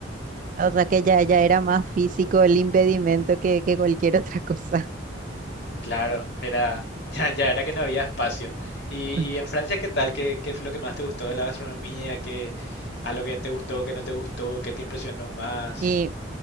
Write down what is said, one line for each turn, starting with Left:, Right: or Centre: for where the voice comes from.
Right: O sea que ya, ya era más físico el impedimento que, que cualquier otra cosa.
Left: Claro, era <laughs> ya, ya era que no había espacio. Y,
Right: <laughs>
Left: y en Francia, ¿qué tal? ¿Qué, qué fue lo que más te gustó de la gastronomía? ¿Qué, a lo que te gustó, qué no te gustó, qué te impresionó más?
Right: Y,